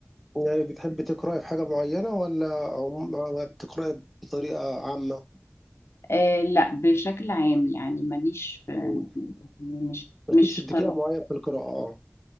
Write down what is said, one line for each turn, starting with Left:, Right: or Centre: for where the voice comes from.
Centre: يعني بتحبي تقراي في حاجه معينه ولا عم- ولا بتقراي بطريقه عامه
Left: آه لا بشكل عام يعني ماليش في-
Centre: مم.
Left: مش
Centre: مالكيش
Left: مش
Centre: اتجاه
Left: قراءة
Centre: معين في القراءه اه